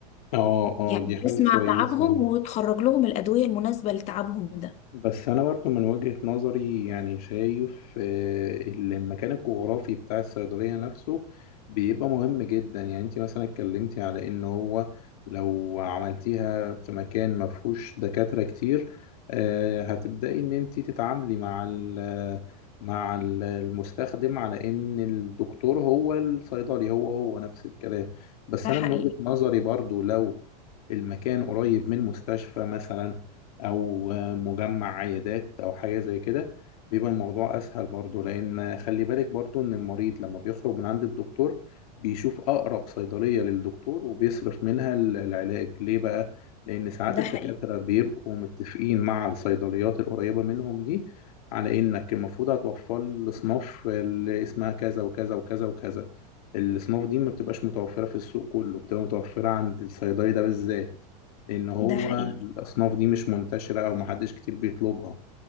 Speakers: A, on the left; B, on the left.
A: اه اه
B: يعني
A: دي حاجة
B: تسمع
A: كويسة
B: تعبهم وتخرج لهم الأدوية المناسبة لتعبهم ده
A: بس أنا برضه من وجهة نظري يعني شايف آه، المكان الجغرافي بتاع الصيدلية نفسه بيبقى مهم جدا يعني أنت مثلا اتكلمتي على إن هو لو عملتيها في مكان مفهوش دكاترة كتير آه، هتبدأي إن أنت تتعاملي مع ال مع ال- المستخدم على إن الدكتور هو الصيدلي هو هو نفس الكلام بس
B: ده
A: أنا
B: حقيقي
A: من وجهة نظري برضه لو المكان قريب من مستشفى مثلا او مجمع عيادات او حاجه زي كده بيبقى الموضوع اسهل برضو لان خلي بالك برضو ان المريض لما بيخرج من عند الدكتور بيشوف اقرب صيدليه للدكتور وبيصرف منها ال- العلاج ليه بقى لان ساعات
B: ده
A: الدكاتره
B: حقيقي
A: بيبقوا متفقين مع الصيدليات القريبه منهم دي على انك المفروض هتوفر لي الاصناف اللي اسمها كذا وكذا وكذا وكذا الاصناف دي ما بتبقاش متوفره في السوق كله بتبقى متوفره عند الصيدلي ده بالذات لان هو
B: ده حقيقي
A: الاصناف دي مش منتشره او محدش كتير بيطلبها